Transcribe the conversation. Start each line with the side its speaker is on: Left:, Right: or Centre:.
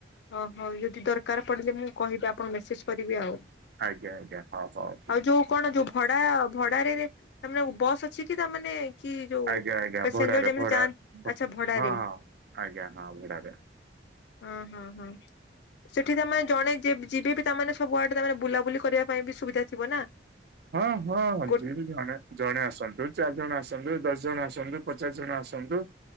Left: ଅ ହଉ ଯଦି ଦରକାର ପଡ଼ିଲେ ମୁଁ କହିବି ଆପଣକୁ ମେସେଜ କରିବି ଆଉ।
Right: ଆଜ୍ଞା ଆଜ୍ଞା ହଉ ହଉ।
Left: ଆଉ ଯୋଉ କଣ ଯୋଉ ଭଡା ଭଡ଼ା ରେ ରେ ତାମାନେ ବସ୍ ଅଛି କି ତାମାନେ। କି ଯୋଉ
Right: ଆଜ୍ଞା ଆଜ୍ଞା
Left: ପେସେଞ୍ଜର
Right: ଭଡାରେ
Left: ଯେମିତି
Right: ଭଡା
Left: ଯାଆଁ ଆଚ୍ଛା ଭଡାରେ।
Right: ହଁ ହଁ ଆଜ୍ଞା ହଁ ଭଡାରେ।
Left: ଓ ହଁ ହଁ ସେଠି ତାମାନେ ଜଣେ ଯେ ଯିବେ ବି ତାମାନେ ସବୁଆଡେ ତା ମାନେ ବୁଲାବୁଲି କରିବା ପାଇଁ ବି ସୁବିଧା ଥିବ ନା।
Right: ହଁ ହଁ
Left: ଗୋ
Right: ଯେମିତି ଜଣେ ଜଣେ ଆସନ୍ତୁ ଚାରି ଜଣ ଆସନ୍ତୁ ଦଶ ଜଣ ଆସନ୍ତୁ ପଚାଶ ଜଣ ଆସନ୍ତୁ।